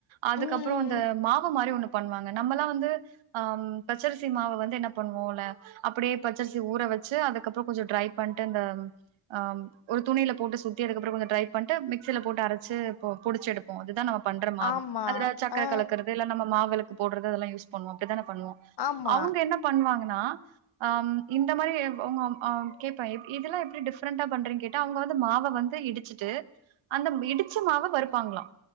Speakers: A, on the right; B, on the left.
A: அதுக்கப்புறோ
B: ம்
A: அந்த மாவு மாரி ஒண்ணு பண்ணுவாங்க நம்மல்லா வந்து ஆம் பச்சரிசி மாவ வந்து என்ன பண்ணுவோல்ல அப்படியே பச்சரிசி ஊற வச்சு அதுக்கப்புறோ கொஞ்ச டிரை பண்ட்டு இந்த ஆம் ஒரு துணில போட்டு சுத்தி அதுக்கப்புற கொஞ்ச டிரை பண்ட்டு மிக்சியில போட்டு அரச்சு பு புடிச்சு எடுப் கு அதுதா நம்ம பண்ற மாவு
B: ஆமா
A: அதுல சக்கர
B: ஆ
A: கலக்குறது இல்ல நம்ம மாவிளக்கு போற்றது அது எல்லா யூஸ் பண்ணுவோ அப்டிதானே பண்ணுவோ
B: ஆமா
A: அவுங்க என்ன பண்ணுவாங்கன்னா அம் இந்த மாரி அவங் அம் கேப்ப இதெல்லா எப்டி டிஃப்ரெண்டா பண்றீங் கேட்டா அவங்க வந்து மாவ வந்து இடிச்சுட்டு அந்த இடிச்ச மாவ வருப்பாங்களா